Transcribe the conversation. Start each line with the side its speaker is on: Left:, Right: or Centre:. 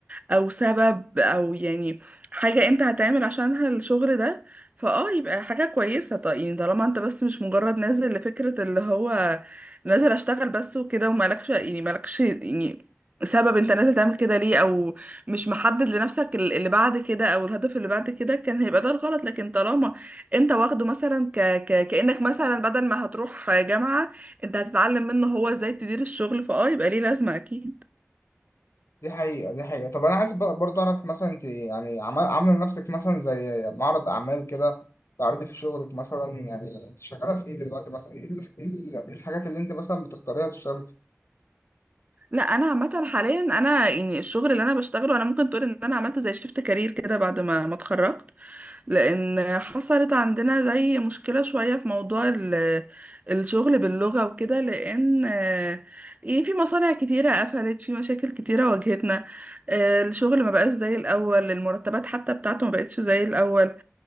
Right: او سبب او يعني حاجه انت هتعمل عشانها الشغل ده فاه يبقى حاجه كويسه طيب يعني طالما انت بس مش مجرد نازل لفكره اللي هو نازل اشتغل بس وكده ومالكش يعني مالكش يعني سبب انت نازل تعمل كده ليه او مش محدد لنفسك ال- اللي بعد كده او الهدف اللي بعد كده كان هيبقى ده الغلط لكن طالما انت واخده مثلا ك... ك... كانك مثلا بدل ما هتروح جامعه انت هتتعلم منه هو ازاي تدير الشغل فاه يبقى ليه لازمه اكيد
Left: دي حقيقة دي حقيقة طب أنا عايز بق- برضه أعرف مثلا أنت يعني عمل- عاملة لنفسك مثلا زي معرض أعمال كده تعرضي في شغلك مثلا يعني أنت شغالة في إيه دلوقتي مثلا إيه ال- إيه ال- إيه الحاجات اللي أنت مثلا بتختاريها تشتغلي
Right: لا انا عامه حاليا انا يعني الشغل اللي انا بشتغله انا ممكن تقول ان انا عملت زي شيفت كارير كده بعد ما ما اتخرجت لان حصلت عندنا زي مشكله شويه في موضوع ال- الشغل باللغه وكده لان آه، يعني في مصانع كتيره قفلت في مشاكل كتيره واجهتنا آه، الشغل ما بقاش زي الاول المرتبات حتى بتاعته ما بقتش زي الاول